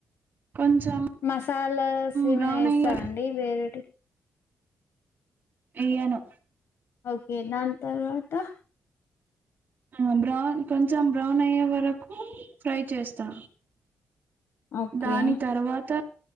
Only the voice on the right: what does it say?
కొంచెం
బ్రౌన్
అయ్యే
ఎయ్యను
ఆ బ్రౌన్ కొంచెం బ్రౌన్ అయ్యే వరకు ఫ్రై చేస్తా
దాని తర్వాత